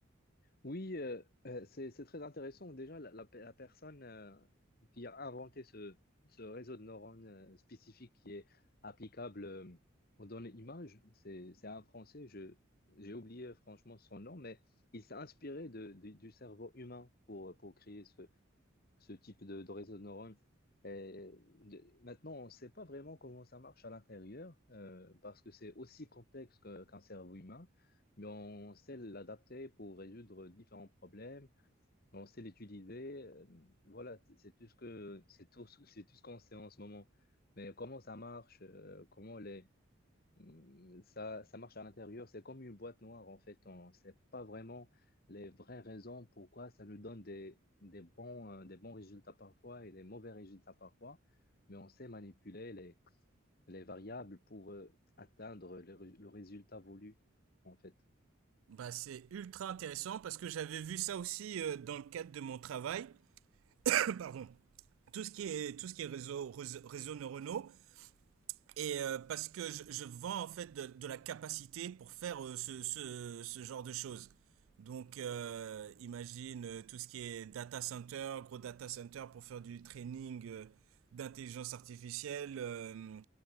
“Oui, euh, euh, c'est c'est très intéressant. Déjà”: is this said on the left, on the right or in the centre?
Left